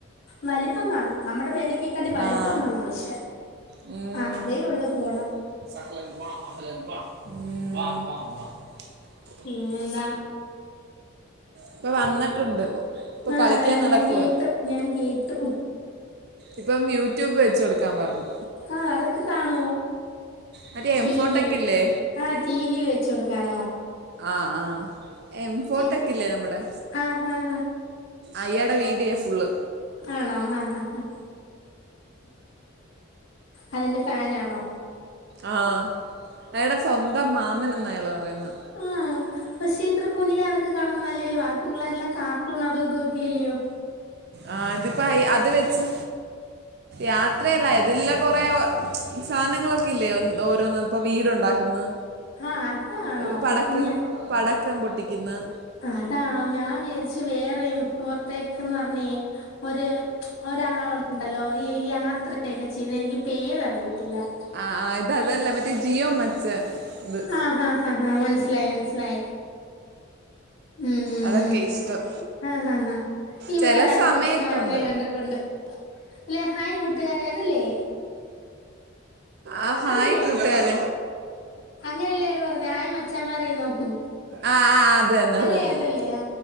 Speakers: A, on the left; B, on the right.
A: വലിപ്പം കാണും നമ്മുടെ പേരക്കെക്കാട്ടി വലിപ്പം
B: ആ
A: കാണും പക്ഷേ
B: ഉം.
A: അതെ ഉള്ളൂ ഗോ
B: <unintelligible>
A: ന്നെ എന്താ
B: ഇപ്പൊ വന്നിട്ടുണ്ട് ഇപ്പൊ
A: ആഹ്
B: കളിക്കാൻ നടക്കുവ
A: ഞാൻ കേട്ടു ഞാൻ കേട്ടു
B: ഇപ്പം യൂട്യൂബ് വെച്ച കൊട് ക്കാം പർഞ്ഞു
A: ആഅതൊക്കെ കാണോ
B: മറ്റേ
A: ടി
B: എം ഫോട്ടൊക്കെ
A: വിൽ
B: ഇല്ലേ
A: ആ ടി വിൽ വെച്ച് കൊടുക്കാ ണോ
B: ആ ആ എംഫോട്ടക്കെല്ലേ
A: ചെയ്ത്
B: നമ്മടെ
A: ആഹ് ആഹ്
B: അയാടെ വീഡിയോ ഫുള്ള്
A: ആണോ ആഹ് ആഹ് അതിന്റെ ഫാനാണോ
B: ആ അയടെ സ്വന്തം മാ മ്മനെന്ന് അയാള് പറയുന്നെ
A: ആ പക്ഷേ ഇത്ര കുഞ്ഞിലാൾക്ക് കാണുന്നല്ലേല് വാ പിള്ളേരെല്ലാം കാർട്ടൂൺ അതും ഇതൊക്കെല്ലയോ
B: ആ ഇതിപ്പോ ഐ അത് വെച്ച് യാത്രയല്ല എതില്ല കുറെ ഒ സാനങ്ങളൊക്കെ ഇല്ലേ ഓരോന്ന ഇപ്പൊ വീടുണ്ടാക്കുന്നു
A: ആഹ് അതാണോ
B: ഹ് പടക്കം
A: ഞ
B: പടക്കം പൊട്ടിക്കുന്നഹ്
A: അതാണോ ഞാൻ വിചാരിച്ചു വേറെയും ഫോർത്തേക്കുന്നർ ഒന്നേ ഒര് ഒരാളുണ്ടല്ലോ ഈ യാത്രയൊക്കെ ചെയ്യുന്ന എനിക്ക് പേരറിയിൽ ല്ല
B: ആ ആ, ഇത് അതല്ല മറ്റേ ജിയോ മച്ച ഇത്
A: ആഹ ഹ ഹ മനസിലായി മനസിലായി ഉം
B: അതൊക്കെ ഇഷ്ടം
A: ഉം ആ ആ ഇവിടെ
B: ചില
A: ഒരാളും
B: സമയത്തുണ്ട്
A: വെച്ച് കാണുന്ന ഞാൻ കണ്ടിട്ടുണ്ട് ല്ലെ ഹായ് കൂട്ടുകാരെ അതല്ലേ
B: ആ ഹായ്
A: അതല്ലേ
B: കൂട്ടുകാരേ
A: അങ്ങനെയല്ലേ ള് പറഞ്ഞേ ഹായ് മച്ചാമാരേ ന്നോഹു
B: ആ ആ, അത് തന്നെ അത്
A: അല്ലേ
B: തന്നെ
A: അതല്ലേ ആ